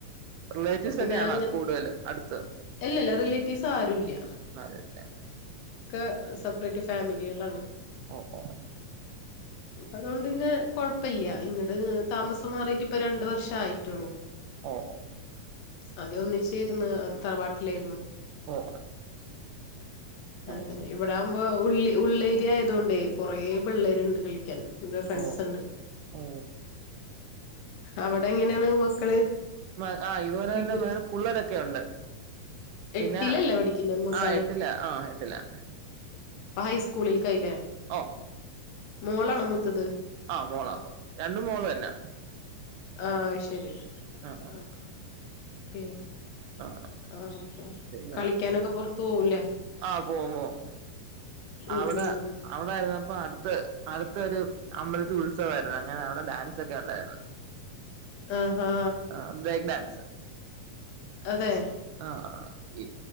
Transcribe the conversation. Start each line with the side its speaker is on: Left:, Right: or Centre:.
Right: റിലേറ്റീവ്സ്
Left: പിന്നെ
Right: ഒക്കെയാണ
Left: അങ്ങനെ
Right: കൂടുതൽ അടുത്ത്
Left: അല്ലല്ല റിലേറ്റീവ്സ് ആരുല്യ
Right: അതേല്ലേ
Left: ഒക്കെ സെപ്പറേറ്റ് ഫാമിലികളാണ്
Right: ഓ ഓ
Left: അപ്പൊ അതുകൊണ്ട്ന്നെ കൊഴ പ്പല്യ ഇങ്ങട് താമസം മാറിയിട്ട് ഇപ്പ രണ്ട് വർ ഷായിട്ടൊള്ളൂ
Right: ഓ ഓ
Left: അന്യം ഒന്നിച്ചേര്ന്നു തറവാട്ടിലായിരുന്നു
Right: ഓ ഓ അത്
Left: അങ്ങനെ
Right: ശരി
Left: ഇവിടെ ആകുമ്പോ ഉള്ളി ഉള്ളേരിയ ആയതൊണ്ടേ കുറേ പിള്ളേരിണ്ട് കളിക്കാൻ ഇവിടെ ഫ്രണ്ട്സ്
Right: ഓ
Left: ഉണ്ട്
Right: ഓ
Left: അവിടെ എങ്ങനേണ് മക്കള്
Right: മ ആഹ് ഇതുപോലെ
Left: വികൃ
Right: തന്നെ വേറെ പുള്ളേരൊക്കെ ഉണ്ട് പിന്നെ
Left: എട്ടിലല്ലേ പഠിക്കുന്നെ മൂത്താള്
Right: ആ എട്ടില ആഹ് എട്ടിലാ
Left: അപ്പ ഹൈസ്കൂളിൽ കായില്ലേ
Right: ഒ
Left: മോളാണോ മൂത്തത്
Right: ആ മോളാ രണ്ടും മോള് തന്നാ
Left: ആ ശരി
Right: ആ
Left: ആഹ് ശ <unintelligible>
Right: ആ
Left: ആ അപ്പംകളിക്കാനൊക്കെ
Right: പിന്നെ
Left: പുറത്ത് പോവൂല്ലേ
Right: ആ പോവും പോവും
Left: ഉം
Right: അവിടെ
Left: ഉം
Right: അവിടായിരുന്നപ്പ അട്ത്ത് അടുത്തൊരു അമ്പലത്തിൽ ഉത്സവായിരുന്നു അങ്ങനെ അവിടെ ഡാൻസ് ഒക്കെ ഉണ്ടായിരുന്നു
Left: ആഹാ
Right: ആ ബ്രേക്ക് ഡാൻസ് <inaudible>
Left: അതെ
Right: ആഹ്